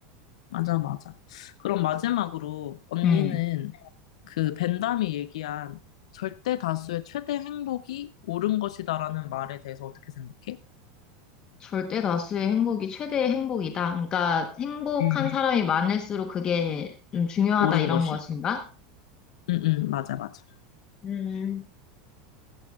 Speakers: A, on the left; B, on the left.
A: 맞아, 맞아. 그럼 마지막으로 언니는
B: 음.
A: 그 벤담이 얘기한 절대 다수의 최대 행복이 옳은 것이다라는 말에 대해서 어떻게 생각해?
B: 절대 다수의 행복이 최대의 행복이다. 그러니까 행복한
A: 음,
B: 사람이 많을수록 그게 좀 중요하다
A: 옳은
B: 이런
A: 것이.
B: 것인가?
A: 응, 응, 맞아, 맞아.
B: 음,